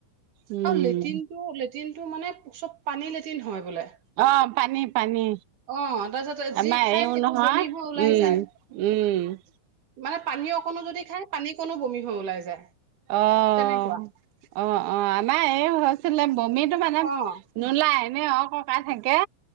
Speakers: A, on the right (about 80°); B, on the right (about 60°).
A: উম,
B: আৰু লেট্ৰিনটো-লেটিনটো মানে চব পানী লেটিন হয় বোলে।
A: অ' পানী পানী।
B: অ তাৰপিছত যি
A: আমাৰ
B: খাই
A: এইৰো
B: সেইটো
A: নহয়।
B: বমি হৈ ওলাই
A: উম-উম।
B: যায় মানে পানী অকণো যদি খাই, পানী কণো বমি হৈ ওলাই যায়।
A: অ-
B: তেনেকুৱা
A: অ-অ, আমাৰ এইৰ হৈছিলে বমিটো মানে
B: অ অ
A: নলাই এনে অক-অকাই থাকে,